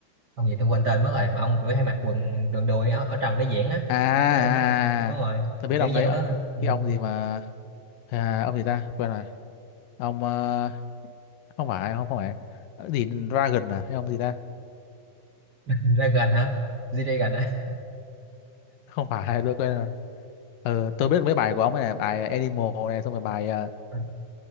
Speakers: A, on the right; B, on the left.
A: ông gì tôi quên tên mất rồi mà ông cứ hay mặc quần đường đùi ở, ở trần để diễn á
B: à, à
A: với ông đó <laughs> đúng
B: à, à.
A: rồi
B: tôi biết
A: kiểu
B: ông
A: nhạc
B: đấy
A: ông
B: ờ,
A: đó là ừ.
B: cái ông gì mà à, ông gì ta quên rồi ông ờ, không phải không không phải Ờ, gì Dragon à hay ông gì ta
A: <laughs> Dragon hả G-Dragon á
B: không phải tôi quên rồi ờ, tôi biết mấy bài của ông ấy này bài ờ, Animal này xong rồi bài ờ,
A: Ừ,